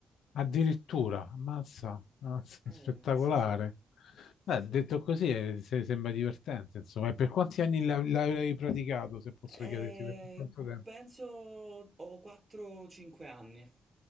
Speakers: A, on the left; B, on the right.
A: addirittura, ammazza, ammazza,
B: Eh,
A: <laughs> spettacolare.
B: sì, sì. Sì,
A: Beh,
B: sì.
A: detto così eh, se- sembra divertente, insomma. E per quanti anni l'ha- l'ha- l'hai praticato, se posso
B: Eh,
A: chiederti, per quanto tempo?
B: penso ho 4-5 anni.